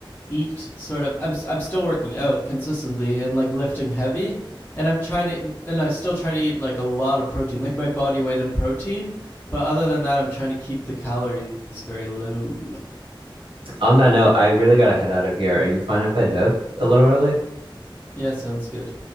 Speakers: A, on the left (about 20°); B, on the right (about 90°).
A: eat sort of I'm I'm still working out consistently and like lifting heavy and I'm trying to and I'm still trying to eat like a lot of protein, like my body weight in protein, but other than that I'm trying to keep the calories very low.
B: On that note, I really gotta head out of here. Are you fine if I dip a little early?
A: Yeah, sounds good.